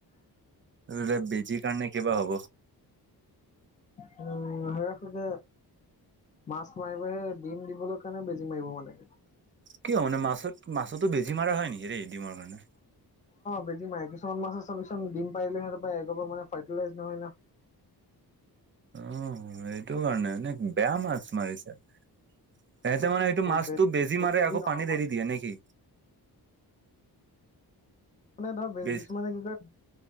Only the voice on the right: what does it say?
লে বেজিৰ কাৰণে কিবা হ'ব।
কিয় মানে? মাছত, মাছতো বেজী মাৰা হয়, নেকি ৰেই ডিমৰ কাৰণে?
অ', এইটো কাৰণে, এনে বেয়া মাছ মাৰিছে। সেহেঁতে মানে এইটো মাছটো
বেজী মাৰে,
আকৌ পানী
এৰি দিয়ে নেকি?
বেজ